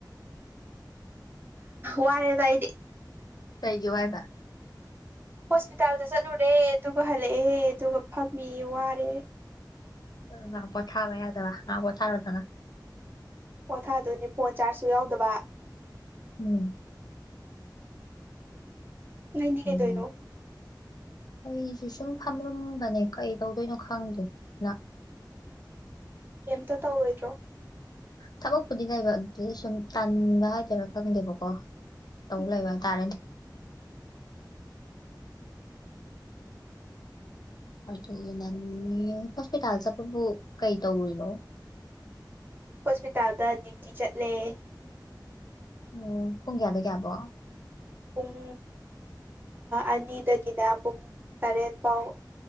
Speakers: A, on the right; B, on the left.
A: ꯋꯥꯔꯦꯗꯥꯏꯗꯤ
B: ꯀꯩꯒꯤꯦ ꯋꯥꯏꯕ
A: ꯍꯣꯁꯄꯤꯇꯥꯜꯗ ꯆꯠꯂꯨꯔꯦ ꯑꯗꯨꯒ ꯍꯜꯂꯛꯑꯦ ꯑꯗꯨꯒ ꯐꯝꯃꯤ ꯋꯥꯔꯦ
B: ꯉ ꯄ ꯆꯥꯕꯌꯥꯗ ꯉ ꯄ ꯆꯥ ꯔꯊꯅ
A: ꯄꯣꯊꯥꯗꯣꯏꯅꯦ ꯐꯣꯟ ꯆꯥꯔꯖꯁꯨ ꯌꯥꯎꯗꯕ
B: ꯎꯝ
A: ꯅꯟꯗꯤ ꯀꯩ
B: ꯎꯝ
A: ꯇꯣꯏꯗꯣ
B: ꯑꯩꯁꯨ ꯁꯨꯝ ꯐꯝꯂꯝꯝꯕꯅꯦ ꯀꯩ ꯇꯧꯗꯣꯏꯅꯣ ꯈꯪꯗ꯭ꯦꯅ <unintelligible>
A: ꯀꯩꯇ ꯇꯧꯔꯣꯏꯗ꯭ꯔꯣ
B: ꯊꯕꯛꯄꯨꯗꯤ ꯉꯥꯏꯕ ꯑꯗꯨꯗ ꯁꯨꯝ ꯇꯥꯟꯅꯤꯡꯕ ꯍꯥꯏꯇꯥꯔꯥ ꯈꯪꯗꯦꯕꯀꯣ ꯇꯧ
A: ꯎꯝ
B: ꯂꯩꯕ ꯍꯥꯏꯇꯥꯔꯦꯅꯦ ꯑꯗꯨꯅꯤ ꯍꯣꯁꯄꯤꯇꯥꯜꯁꯦ ꯄꯕꯨ ꯀꯩ ꯇꯧꯔꯤꯅꯣ
A: ꯍꯣꯁꯄꯤꯇꯥꯜꯗ ꯗ꯭ꯌꯨꯇꯤ ꯆꯠꯂꯦ
B: ꯎꯝ ꯄꯨꯡ ꯀꯌꯥꯗꯒꯤꯦꯌꯥꯕꯣ
A: ꯄꯨꯡ ꯑꯅꯤꯗꯒꯤꯅ ꯄꯨꯡ ꯇꯔꯦꯠ ꯐꯥꯎ